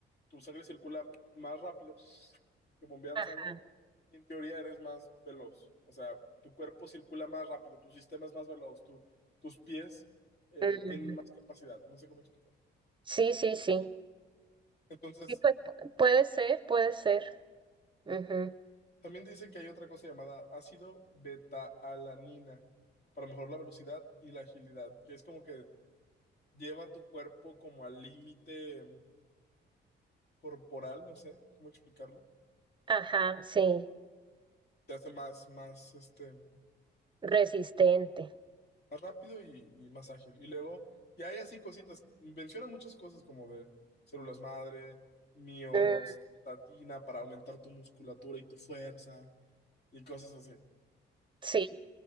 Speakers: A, on the left (about 55°); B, on the right (about 25°).
A: tu sangre circula más rápido, <sniffs> te bombean
B: Ajá.
A: sangre, y en teoría eres más veloz. O sea, tu cuerpo circula más rápido, tu sistema es más veloz, tu- tus pies eh,
B: Mm,
A: tienen más capacidad. No sé cómo explicarlo.
B: Sí, sí, sí.
A: Entonces,
B: Sí, pues puede ser, puede ser. Ujú.
A: también dice que hay otra cosa llamada ácido beta-alanina para mejorar la velocidad y la agilidad, que es como que lleva tu cuerpo como al límite corporal, no sé cómo explicarlo.
B: Ajá, sí,
A: Te hace más, más, este,
B: resistente.
A: más rápido y, y más ágil. Y luego, y hay así cositas, menciona muchas cosas como de células madre, miostatina
B: Mm,
A: para aumentar tu musculatura y tu fuerza y cosas así.
B: sí,